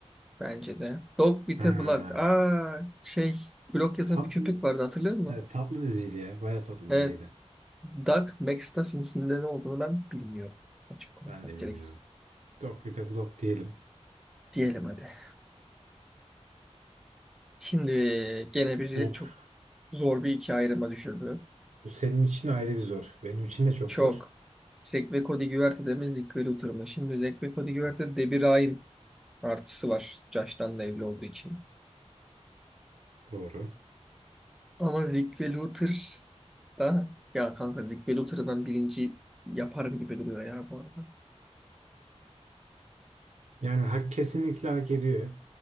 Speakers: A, in the centre; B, on the right.
A: Bence de. Dog with
B: Ha,
A: a Block. Aa, şey blok yazan
B: tatlı
A: bir köpek vardı hatırlıyor musun?
B: evet, tatlı diziydi ya. Baya tatlı
A: Evet.
B: diziydi.
A: Doug McStuffins'in de ne olduğunu ben bilmiyorum. Açık konuşmak
B: Ben de bilmiyorum.
A: gerekirse.
B: Dog with a Block diyelim.
A: Diyelim hadi. Şimdi gene bizi
B: Of.
A: çok zor bir iki ayrıma düşürdü.
B: Bu senin için ayrı bir zor. Benim için de çok
A: Çok.
B: zor.
A: Zek ve Cody Güverte'de mi Zeke ve Luther mı? Şimdi Zek ve Cody Güverte'de
B: Of.
A: Debbie Ryan artısı var. Josh'tan da evli olduğu için.
B: Doğru.
A: Ama Zeke ve Luther da ya kanka Zeke ve Luther'ı ben birinci yaparım gibi duruyor ya bu arada.
B: Yani hak kesinlikle hak ediyor.